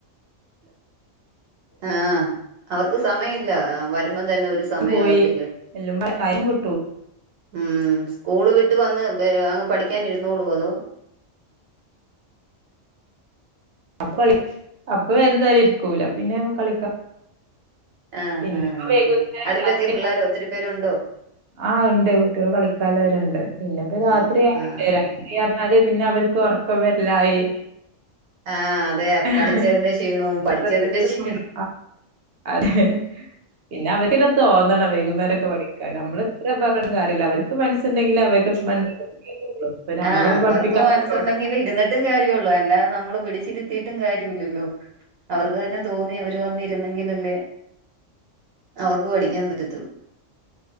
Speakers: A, on the right; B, on the right.
A: ആ അവർക്ക് സമയം ഇല്ല. വരുമ്പം തന്നെ ഒരു
B: എല്ലാം
A: സമയാകത്തില്ലേ.
B: പോയി <unintelligible>
A: ഉം സ്കൂൾ വി ട്ട് വന്ന് അങ്ങ് പഠിക്കാനിരുന്നുളൂ അതോ
B: <unintelligible> അപ്പൊ എന്തായാലും ഇരിക്കൂല പിന്നെ കളിക്ക
A: ആ
B: പിന്നെപ്പോ
A: ആ ആ്
B: വൈകുന്നേരം
A: അടുത്തൊക്കെ
B: രാത്രി
A: പിള്ളോരോ ഒത്തിരി പേരു ഉണ്ടോ
B: ആ ഇണ്ട് കുട്ടികൾ കളിക്കാൻവരുണ്ട് പിന്നെ ഇപ്പോ രാത്രിയാണണ്ട്
A: ആഹ് ആഹ്
B: രാത്രിഞ്ഞ പിന്നെ അവർക്ക് ഉറക്കം വരല്ലായി
A: ആഹ് അതെ
B: <unintelligible>
A: കളിച്ചതിന്റെ ക്ഷീണവും പഠിച്ചതിന്റെ ക്ഷീണവും
B: അതെ പിന്നെ അവന തോന്നണം വൈകുന്നേരംക്കെ പഠിക്കാ നമ്മള് <unintelligible> പറഞ്ട്ടും കാര്യല്ല അവർക്ക് മനസ്സുണ്ടെങ്കിൽ <unintelligible> ഇപ്പൊ നമ്മളിവിടെ
A: ആ അവർക്ക്
B: പഠിപ്പിക്കാൻ
A: മനസ്സുണ്ടെങ്കിൽ
B: വിടുന്നവിടെ
A: ഇരുന്നിട്ടും കാര്യള്ളൂ അല്ലാതെ നമ്മ നമ്മള് പിടിച്ചിട്ടത്തിട്ടും കാര്യല്ലല്ലോ അവർക്ക് തന്നെ തോന്നി അവര് വന്നിരുന്നെങ്കിലല്ലേ അവർക്ക് പഠിക്കും ഠിക്കാൻ പറ്റത്തുള്ളൂ